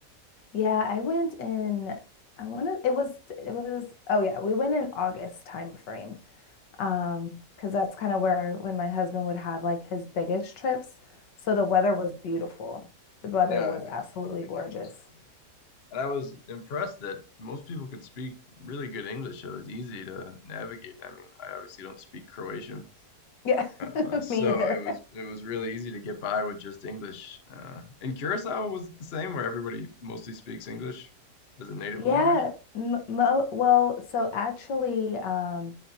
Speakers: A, on the left; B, on the left.
A: Yeah, I went in, I want to, it was, it was, oh yeah, we went in August time frame. Um, because that's kind of where when my husband would have like his biggest trips. So the weather was beautiful. The weather
B: Yeah,
A: was
B: I
A: absolutely
B: I think
A: gorgeous.
B: it must And I was impressed that most people could speak really good English. So it was easy to navigate. I mean, I obviously don't speak Croatian,
A: Yeah,
B: uh,
A: <laughs>
B: so
A: me either.
B: it was it was really easy to get by with just English. Uh, in Curacao, was it the same where everybody mostly speaks English as a native
A: Yeah,
B: language?
A: m mo well, so actually, um,